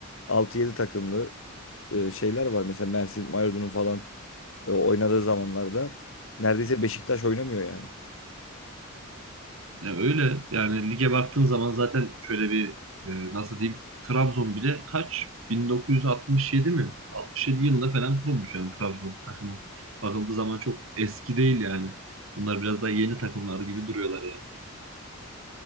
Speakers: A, on the left (about 65°); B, on the right (about 70°).
A: altı yedi takımlı e, şeyler var. Mesela Mersin, Mardin'in falan e, oynadığı zamanlarda neredeyse Beşiktaş oynamıyor yani.
B: Ya öyle yani lige baktığın zaman zaten şöyle bir e, nasıl diyeyim Trabzon bile kaç 1967 mi? 67 yılında falan kurulmuş yani Trabzon takımı. Bakıldığı zaman çok eski değil yani. Bunlar biraz daha yeni takımlar gibi duruyorlar yani.